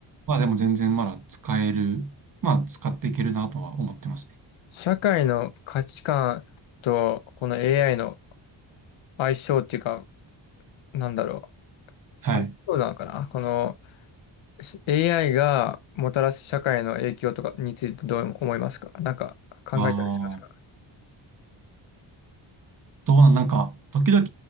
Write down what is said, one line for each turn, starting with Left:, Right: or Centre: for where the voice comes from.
Right: まあでも全然まだ使える、まあ使っていけるなとは思ってますね。
Left: 社会の価値観とこの AI の相性っていうか、なんだろ
Right: はい。
Left: う。あ、そうなのかな。このし AI がもたらす社会の影響とかについてどう思いますかなんか考えたりしますか
Right: ああ、どうなん、なんか、時々